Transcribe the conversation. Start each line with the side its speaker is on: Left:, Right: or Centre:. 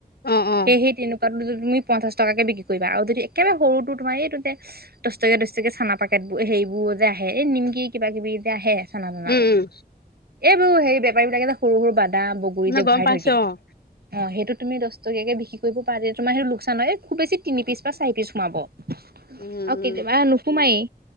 Left: অ', অ', অ',
Right: সেই সেই তেনেকুৱো যদি তুমি পঞ্চাশটক কেে বিক্ৰী কৰিবা আৰু যদি একেবাৰে সৰুটোো তোমাৰ এইটো যে দহটকা দহটকে চানা পেটবোৰ হেৰি এইবোৰ যে আহে এই নিমকি কিবা কিবি এ যেয়া আহে চানা চান
Left: উম, উম,
Right: এইবোৰু সেই বেপাৰী বিলাক এ যে সৰু সৰু বান্ধ দা বগৰী
Left: ন
Right: যে
Left: গম
Right: ভৰাই
Left: পাইছোঁ
Right: থৈ দিয়ে
Left: অ',
Right: অ', সেইটো তুমি দশটকাকে বিক্ৰী কৰিব পাৰ দ তোমাৰ সেইটো লোকচান হয় খুব বেছি তিনি পিচ বা চাৰি পিচ সোমাব। আৰু
Left: উম, উম,
Right: কেতিয়াবা নোসোমায়েই